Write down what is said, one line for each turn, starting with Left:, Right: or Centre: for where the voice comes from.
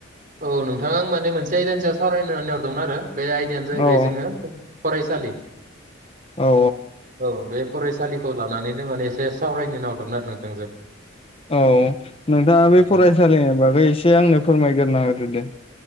Right: औ नोंथाङा आं माने मोनसे आयदानि सायाव सावरायनो होननानै हरदोंमोन आरो बे आयदायानो जाहैबाय
Left: औ
Right: जोङो फरायसालि
Left: औ
Right: औ बे फरायसालिखौ लानानै माने एसे सावरायनो नाहरदोंमोन आरो नोंथांजों
Left: औ नोंथाङा
Right: माने
Left: बे फरायसालिनि बागै एसे आंनो फोरमायग्रोना होदो दे